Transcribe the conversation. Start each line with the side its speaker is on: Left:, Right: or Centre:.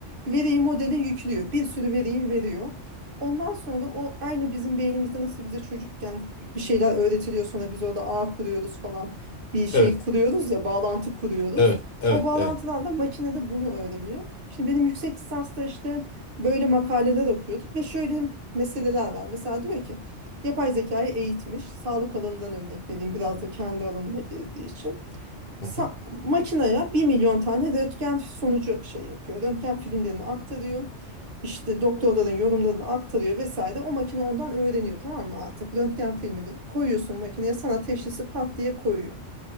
Right: veriyi modele yüklüyor. Bir sürü veriyi veriyor. Ondan sonra o aynı bizim beynimizde nasıl bize çocukken bir şeyler öğretiliyor sonra biz orada ağ kuruyoruz falan bir şey
Left: Evet.
Right: kuruyoruz ya bağlantı kuruyoruz.
Left: Evet. Evet.
Right: O bağlantılarla
Left: Evet.
Right: makine de bunu öğreniyor. Şimdi benim yüksek lisansta işte böyle makaleler okuyorduk ve şöyle meseleler var. Mesela diyor ki Yapay zekayı eğitmiş. Sağlık alanından örnek vereyim biraz da kendi alanıma girdiği için. Sa
Left: Hı hı.
Right: makinaya 1 milyon tane röntgen sonucu şey yapıyor. Röntgen filmlerini aktarıyor. İşte doktorların yorumlarını aktarıyor vesaire. O makine ondan öğreniyor tamam mı artık? Röntgen filmini koyuyorsun makineye sana teşhisi pat diye koyuyor.